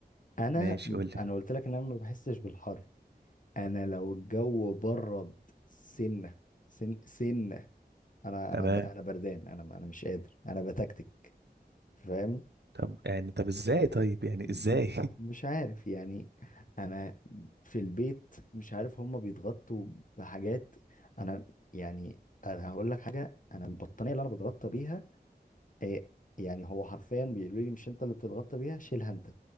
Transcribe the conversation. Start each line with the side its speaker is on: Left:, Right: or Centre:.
Left: انا
Right: ماشي قول لي
Left: انا قلت لك ان انا ما بحسش بالحر انا لو الجو برد سنه سن سنه انا
Right: تمام
Left: انا ب- انا بردان انا انا مش قادر انا بتكتك فاهم
Right: طب يعني طب ازاي طيب يعني
Left: م-
Right: ازاي <laughs>
Left: مش عارف يعني انا في البيت مش عارف هما بيتغطوا بحاجات انا يعني انا هقول لك حاجه انا البطانيه اللي انا بتغطى بيها إيه يعني هو حرفيا بيقولوا لي مش انت اللي بتتغطى بيها شيلها انت